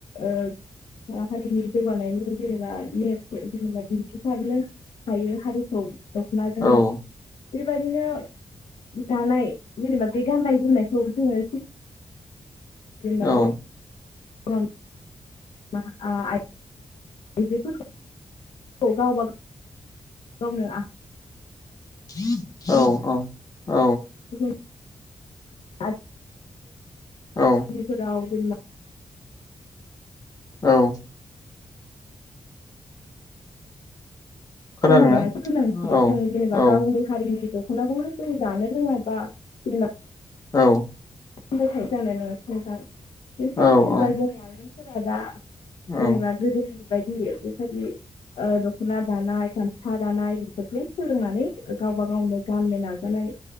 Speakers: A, on the left; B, on the left.
A: ओ-हारिनि जौगानायनि जेनेबा नेस जेनेबा <unintelligible> थायो हारिखौ दखनाजोंनो
B: औ
A: बेबायदिनो दानाय जेनेबा बे गाननाय जोमनायखौ जोङो जेनबा
B: औ
A: औ मा ओ आय आइजोफोरखौ औ गावबागाव गावनो आ
B: <inaudible> औ औ औ
A: <inaudible> <unintelligible>
B: औ
A: बेफोराव जेनबा
B: औ खोनादोंना
A: गाननायाथ' गोनांथि
B: औ
A: जों जेनेबा
B: औ
A: गावनि हारिनिखौ दखनाखौनो जों दानो रोङाबा जेनेबा
B: औ
A: जानाय नङा नोंथां बे
B: औ
A: जेनबा
B: औ
A: जोंनि आइ मोनहा फोरा दा जेनेबा
B: औ
A: गोदोनि बेबायदि बेबायदि दख'ना दानाय खामसा दानाय बेफोरखौ सोलोंनानै गावबा गावनो गाननो नाजानाय